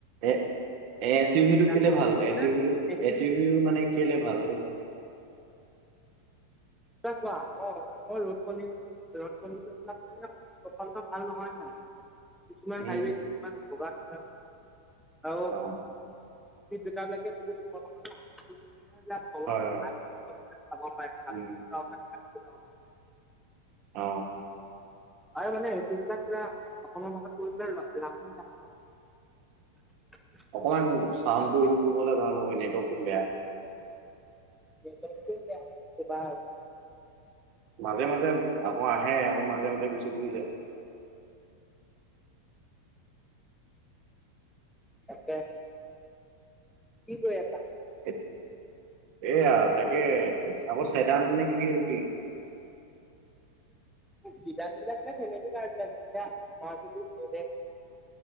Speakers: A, on the right; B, in the centre.
A: এ এচ ইউ ভি টো কেলে
B: হওক
A: ভাল এচ
B: মানে
A: ইউ ভ টো
B: এচিবি
A: এচ ই ভি মানে কেলে? ভাল
B: চা চোৱা আমাৰ অসমৰ ৰদ কিশন ৰদ কডিশ্যন বিলাক মানে সচলত ভাল নহয় ন। কিছুমান
A: উম
B: হাইৱে কিছুমান বগা থকা, আৰু
A: অ
B: জট বিলাকে বহুত ওখৰতথা নলাক, তলত
A: হয় হয়
B: নালাগোক খাব পাৰে ভাল
A: উম
B: আ <inaudible>
A: অ
B: আৰু মানে, যিবিলাক পুৰা অসমৰ ভাষাত কৰিবলৈ ৰ-ৰাফ এণ্ড টাফ ন? <inaudible>
A: অকমান চাউণ্ড টো ইম্প্ৰুভ হলে ভাল হ'ব। নেটৱৰ্কটো বেয়া।
B: নেটৱৰ্কটোৱে বেয়া তোমাৰ।
A: মাজে মাজে আকৌ আহে, আকৌ মাজে মাজে গুচি গুচি যায়।
B: তাকে। কি কৰি আছা?
A: এ- এয়া, তাকে চাব চেদান নে কি? সেইটো কি?
B: অ', চিদান বিলাক মানে ফেমেলি কাৰ বিলাক যেনেকে, মাৰ্চিদিছ দনেট